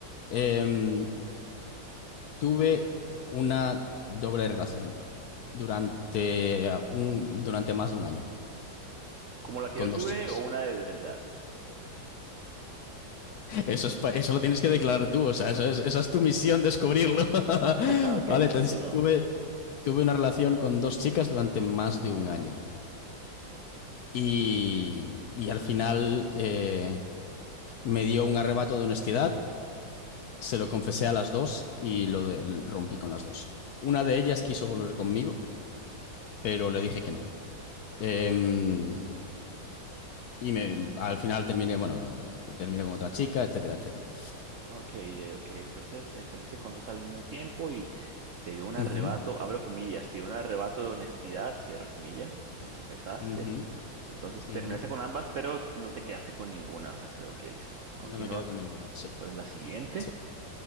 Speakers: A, on the left; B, on the right.
A: em, Tuve una doble relación durante, eh, un, durante más de un año
B: ¿Como la que
A: con
B: yo tuve
A: dos chicas.
B: o una de verdad?
A: Eso es, pa- eso lo tienes que declarar tú, o sea, eso es, esa es tu misión, descubrirlo. <laughs>
B: <laughs> Ok,
A: Vale, entonces
B: continúa.
A: tuve, tuve una relación con dos chicas durante más de un año. Y, y al final eh, me dio un arrebato de honestidad, se lo confesé a las dos y lo de- rompí con las dos. Una de ellas quiso volver conmigo, pero le dije que no. Em, Y me, al final terminé, bueno, eh, terminé con otra chica, etcétera, etcétera.
B: Ok, eh, ok. Entonces eh, saliste con dos al mismo tiempo y te dio un arrebato,
A: Ujú,
B: abro comillas, te dio un arrebato de honestidad, cierro comillas, lo confesaste.
A: ujú,
B: Entonces
A: ujú.
B: terminaste con ambas, pero no te quedaste con ninguna. O sea, se- ok, listo. Continúa.
A: No me quedo con ninguna. Sí,
B: ¿Cuál es la siguiente?
A: sí.